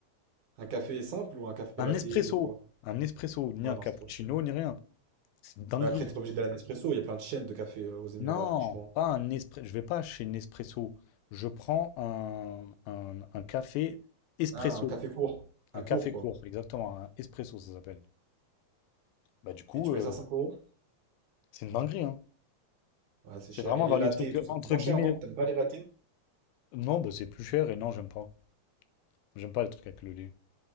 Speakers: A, on the right; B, on the left.
A: Un café simple ou un café
B: Un
A: latte
B: espresso!
A: ou quoi?
B: Un espresso, ni
A: Ah ouais,
B: un
A: non,
B: cappuccino,
A: c'est trop cher.
B: ni rien. C'est une dinguerie.
A: Ouais, après, t'es pas obligé d'aller à Nespresso, il y a plein de chaînes de café euh, aux Émirats,
B: Non,
A: franchement.
B: pas un espresso. Je vais pas chez Nespresso. Je prends un, un, un café espresso.
A: Ah, un café court. Un
B: Un
A: court,
B: café
A: quoi.
B: court, exactement, un espresso ça s'appelle. Bah du coup,
A: Et tu
B: euh,
A: payes ça 5 euros?
B: c'est une dinguerie, hein.
A: Ouais, c'est
B: C'est
A: cher.
B: vraiment
A: Et les
B: dans
A: lattés
B: les trucs
A: et tout,
B: euh,
A: ça
B: entre
A: coûte moins
B: guillemets.
A: cher, non? T'aimes pas les lattés?
B: Non, bah c'est plus cher et non, j'aime pas. J'aime pas les trucs avec le lait.